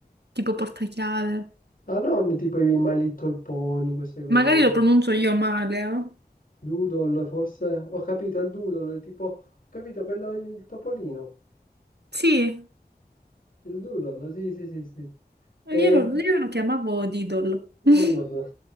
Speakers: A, on the right; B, on the left.
A: tipo portachiave.
B: Ah, non tipo i My Little Pony, queste cose
A: Magari
B: così.
A: lo pronuncio io male, eh?
B: Doodle, forse. Ho capito il doodle, è tipo, ho capito quello, il topolino.
A: Sì,
B: Il doodle, sì, sì, sì, sì. E,
A: io lo,
B: ma
A: io lo chiamavo Didol.
B: no,
A: <laughs>
B: no.